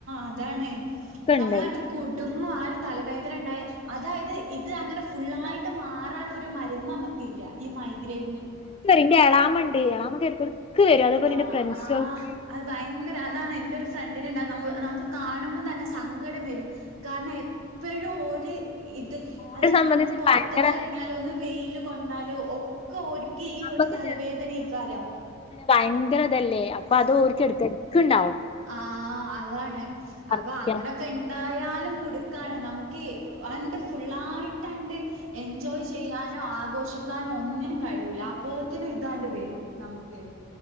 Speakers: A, on the right (about 80°); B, on the left (about 25°).
A: അതാണ്.
B: ഭാഗ്യണ്ട്
A: നമ്മൾ ആണ്ട് കുടുങ്ങും ആ ഒരു തലവേദന ണ്ടായാ അതായത് ഇത് അങ്ങനെ ഫുള്ളായിട്ട് മാറാനുള്ള ഒരു മരുന്ന് <unintelligible> <unintelligible> ഈ മൈഗ്രെൻ ന്
B: <unintelligible> ന്റെ എളാമണ്ട് എളാമ ക്ക് എടക്കേടക്ക് വരും അതുപോല
A: ആഹ്
B: ന്റെ <unintelligible>
A: അത് ഭയങ്കര അതാണ് ന്റൊരു ഫ്രണ്ടിനുണ്ട <unintelligible> നമുക്ക് കാണുമ്പം തന്നെ <unintelligible> സങ്കടം വരും കാരണം എപ്പോഴും ഓര് ഇത്.
B: ഓരെ
A: അതായത്
B: സംബന്ധിച്ച്
A: ഒന്ന് പൊറത്ത്ക്ക്
B: ഭയങ്കര
A: ഇറങ്ങിയാല് ഒന്ന് വെയില് കൊണ്ടാല് ഒക്കെ <unintelligible>
B: <unintelligible>
A: തലവേദനേക്കാരം
B: ഭയങ്കര ഇതല്ലേ അപ്പൊ അത് ഓർക് <unintelligible>
A: ആ ആ അതാണ്
B: ഛർദിക്കാൻ
A: അപ്പൊ അങ്ങനൊക്കെ ണ്ടായാലും <unintelligible> <unintelligible> നമുക്ക് അണ്ട് ഫുള്ളായിട്ട് ആണ്ട് എൻജോയ് ചെയ്യാനോ <unintelligible> <unintelligible> ഒന്നിനും കഴിയൂല അപ്പോത്തിനും ഇതാണ്ട് വരും നമുക്ക്.